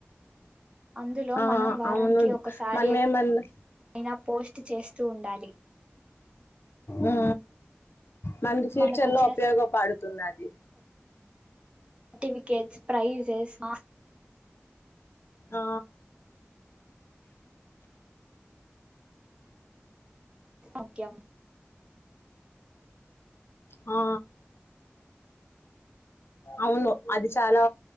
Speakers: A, on the right; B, on the left.
A: అందులో
B: ఆ
A: మనం వారానికి
B: అవును
A: ఒకసారి
B: మన్మేమన్ ఆ
A: అయినా పోస్ట్ చేస్తూ ఉండాలి
B: ఆ ఆ మనకి ఫ్యూచర్
A: మనకొచ్చిన
B: లో ఉపయోగపడుతుందది
A: సర్టిఫికెట్స్ ప్రైజెస్ మా
B: ఆ
A: ఓకేమ్
B: ఆ అవును అది చాలా